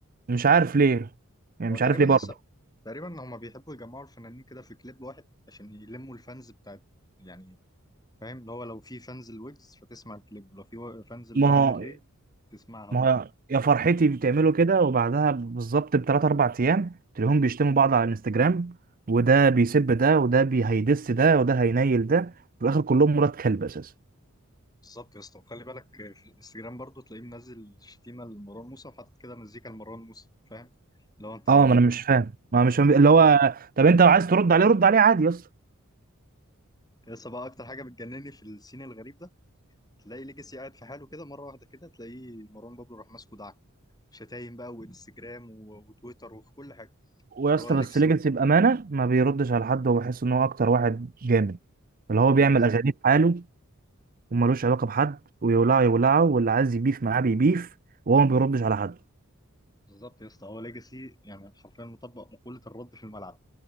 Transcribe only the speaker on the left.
هو
تقريبا
يسا
تقريبا هما بيحبوا يجمعوا الفنانين كده في كليب واحد عشان يلموا الفانز بتاعت يعني فاهم اللي هو لو في فانز الويجز فتسمع الكليب ولو في فانز لانا
دري
تسمعها
برضه
بالظبط يا اسطى وخلي بالك في الانستجرام برضه تلاقيه منزل شتيمه لمروان موسى وحاطط كده مزيكا لمروان موسى فاهم لو انت انت
يس بقى اكتر حاجه بتجنني في السين الغريب ده تلاقي ليجاسي قاعد في حاله كده مره واحده كده تلاقيه مروان بابلو راح ماسكه دعك شتايم بقى وانستجرام و- وتويتر وفي كل حاجه
اللي
هو ليجاسي
ما
هو
ليجاسي
بالظبط يا اسطى هو ليجاسي يعني حرفيا مطبق مقوله الرد في الملعب